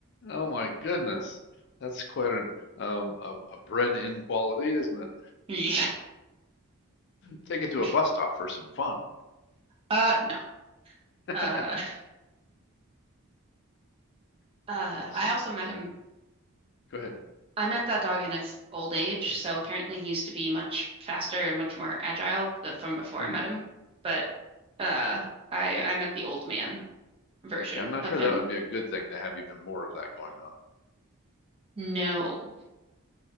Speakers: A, on the left (about 50°); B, on the right (about 25°).
A: Oh my goodness. That's quite a, um, a, a bred in quality, isn't it?
B: <laughs> Yeah,
A: Take it to
B: for
A: a
B: sure.
A: bus stop for some fun.
B: Uh, no.
A: <laughs>
B: Uh, uh,
A: Sen,
B: I also met
A: sen,
B: him.
A: go ahead.
B: I met that dog in his old age, so apparently he used to be much faster and much more agile th- from before
A: Mm.
B: I met him. But uh, I I met the old man version
A: Yeah, I'm not
B: of
A: sure
B: him.
A: that would be a good thing to have even more of that going on.
B: No,